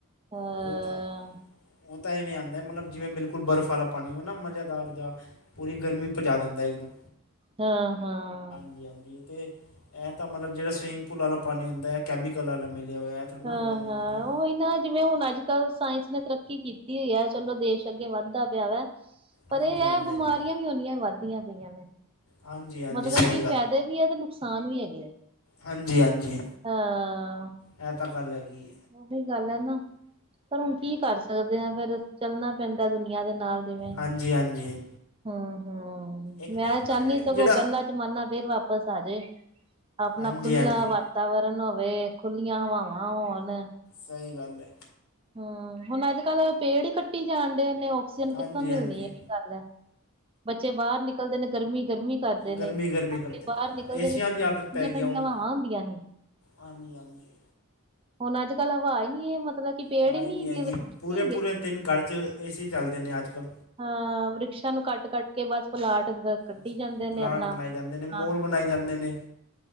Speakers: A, on the right (about 25°); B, on the left (about 80°).
A: ਅਹ
B: ਉਹ ਤਾਂ ਉਹ ਤਾਂ ਇਵੇਂ ਆਂਦਾ ਐ, ਮਤਲਬ ਜਿਵੇਂ ਬਿਲਕੁਲ ਬਰਫ਼ ਵਾਲਾ ਪਾਣੀ ਹੋ ਨਾ ਮਜ਼ੇਦਾਰ ਜਾਂ ਪੂਰੀ ਗਰਮੀ ਪਜਾ ਦਿੰਦਾ ਇੱਕਦਮ
A: ਆਂ- ਹਾਂ
B: ਮਿਆਂ ਜੀ ਕੇ ਐਹ ਤਾਂ ਮਤਲਬ ਜਿਵੇਂ ਸਵੀਮਿੰਗ ਪੂਲ ਵਾਲਾ ਪਾਣੀ ਹੁੰਦਾ, ਕੈਮੀਕਲ ਵਾਲਾ ਮਿਲਿਆ ਹੋਇਆ। ਥੋੜ੍ਹਾ
A: ਹਾਂ-ਹਾਂ
B: ਨਾ ਐਵੇਂ ਵਧੀਆ
A: ਉਹੀ ਨਾ ਜਿਵੇਂ ਹੁਣ ਅੱਜ- ਕੱਲ ਸਾਇੰਸ ਨੇ ਤਰੱਕੀ ਕੀਤੀ ਹੋਈ ਐ, ਚਲੋ ਦੇਸ਼ ਅੱਗੇ ਵੱਧਦਾ ਪਿਆ ਵਾ ਪਰ
B: ਹਾਂਜੀ
A: ਇਹ ਐ,
B: ਹਾਂਜੀ ਹਾਂਜੀ
A: ਬਿਮਾਰੀਆਂ ਵੀ ਉਨੀਆਂ ਵੱਧਦੀਆਂ ਪਈਆਂ ਨੇ।
B: ਹਾਂਜੀ ਹਾਂਜੀ
A: ਮਤਲਬ
B: ਸਹੀ
A: ਕੀ ਫੈਦੇ ਵੀ ਐ, ਤੇ ਨੁਕਸਾਨ ਵੀ ਹੈਗੇ ਆ।
B: ਹਾਂਜੀ-ਹਾਂਜੀ,
A: ਹਾਂ
B: ਐਹ ਤਾਂ ਗੱਲ ਹੈਗੀ ਏ
A: ਉਹੀ ਗੱਲ ਐ ਨਾ, ਪਰ ਹੁਣ ਕੀ ਕਰ ਸਕਦੇ ਆ, ਫਿਰ ਚੱਲਣਾ ਪੈਂਦਾ ਦੁਨੀਆਂ ਦੇ ਨਾਲ। ਜਿਵੇਂ,
B: ਹਾਂਜੀ ਹਾਂਜੀ
A: ਹਮ- ਹਮ
B: ਇੱਕ
A: ਮੈਂ
B: ਨਾ ਆਪਣਾ
A: ਚਾਹੁੰਦੀ
B: ਇਹ ਜਿਹੜਾ
A: ਸਗੋਂ ਪਹਿਲਾਂ ਜਮਾਨਾਂ ਫਿਰ ਵਾਪਸ ਆਜੇ, ਆਪਣਾ
B: ਹਾਂਜੀ
A: ਖੁੱਲਾ
B: ਹਾਂਜੀ
A: ਵਾਤ ਵਾਤਾਵਰਨ ਹੋਵੇ, ਖੁੱਲੀਆਂ ਹਵਾਵਾਂ ਹੋਨ।
B: ਸਹੀ ਗੱਲ ਐ
A: ਹਮ, ਹੁਣ ਅੱਜ- ਕੱਲ ਪੇੜ ਹੀ ਕੱਟੀ ਜਾਣ ਦੇ ਨੇ, ਆਕਸੀਜਨ
B: ਹਾਂਜੀ
A: ਕਿੱਥੋਂ
B: ਹਾਂਜੀ
A: ਮਿਲਣੀ ਐ, ਇਹ ਵੀ ਗੱਲ ਹੈ। ਬੱਚੇ ਬਾਹਰ ਨਿਕਲਦੇ ਨੇ ਗਰਮੀ- ਗਰਮੀ ਕਰਦੇ ਨੇ,
B: ਗਰਮੀ ਗਰਮੀ
A: ਅੱਗੇ
B: ਕਰਦੇ ਨੇ
A: ਬਾਹਰ ਨਿਕਲਦੇ
B: ਏਸੀਆਂ
A: ਹੀ ਠੰਡੀਆਂ-
B: ਦੀ ਆਦਤ ਪੈ ਗਈ
A: ਠੰਡੀਆਂ
B: ਆ ਹੁਣ
A: ਹਵਾਂ ਹੁੰਦੀਆਂ ਹੀ।
B: ਹਾਂਜੀ- ਹਾਂਜੀ।
A: ਹੁਣ ਅੱਜ- ਕੱਲ ਹਵਾ ਹੀ ਨੀ, ਮਤਲਬ ਕਿ ਪੇੜ
B: ਆਵਾਜ਼
A: ਹੀ ਨੀ
B: ਨਹੀਂ
A: ਹੈਗੇ
B: ਹੈਗੀ ਪੂਰੇ
A: ਨੀਗੇ।
B: ਪੂਰੇ ਦਿਨ ਗਰ 'ਚ ਏ ਸੀ ਚੱਲਦੇ ਨੇ ਅੱਜ -ਕੱਲ।
A: ਹਾਂ ਵ੍ਰਿਕਸ਼ਾਂ ਨੂੰ ਕੱਟ- ਕੱਟ ਕੇ ਬਸ ਪਲਾਟ ਕੱਢੀ
B: ਬਸ
A: ਜਾਂਦੇ ਨੇ
B: ਪਲਾਂਟ
A: ਆਪਣਾ,
B: ਬਣਾਏ ਜਾਂਦੇ ਨੇ
A: ਹਾਂ
B: ਮੋਲ ਬਣਾਏ ਜਾਂਦੇ ਨੇ।